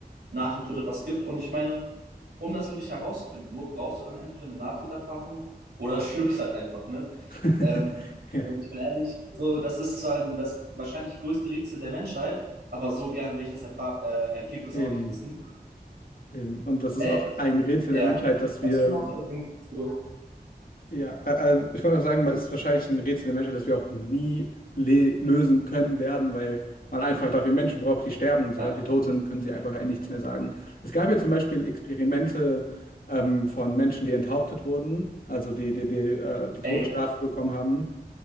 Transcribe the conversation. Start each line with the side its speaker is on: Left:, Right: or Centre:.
Right: nach dem Tod etwas gibt. Und ich meine, um das wirklich herauszufinden, brauchst du dann entweder eine Nahtoderfahrung oder <laughs> stirbst halt einfach, ne?
Left: <laughs>
Right: Ähm,
Left: Ja,
Right: und ich bin ehrlich, so, das ist zwar das wahrscheinlich größte Rätsel der Menschheit, aber so gern will ich das Erfa äh, Ergebnis
Left: eben,
Right: auch nicht wissen.
Left: eben. Und das ist
Right: Äh,
Left: auch ein Rätsel
Right: ja,
Left: der Menschheit, dass
Right: hast
Left: wir
Right: du noch irgendwie so,
Left: Ja, a- also ich wollte auch sagen, es ist wahrscheinlich ein Rätsel der Menschheit, das wir auch nie le lösen können werden, weil man einfach dafür Menschen braucht, die sterben und sobald
Right: ja.
Left: die tot sind, können sie einfach nichts mehr sagen. Es gab ja zum Beispiel Experimente ähm, von Menschen, die enthauptet wurden, also die die, die, äh, die Todesstrafe
Right: Ey,
Left: bekommen haben.